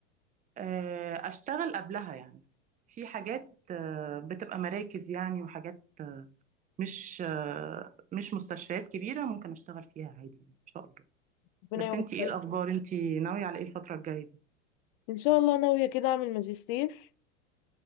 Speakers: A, on the right; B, on the left.
A: آه، اشتغل قبلها يعني في حاجات آه، بتبقى مراكز يعني وحاجات مش آه، مش مستشفيات كبيرة ممكن اشتغل فيها عادي يعني ان شاء الله
B: ربنا
A: بس
B: يوفقك
A: انتي ايه الاخبار انتي ناوية على ايه الفترة الجاية دي
B: ان شاء الله ناويه كده اعمل ماجستير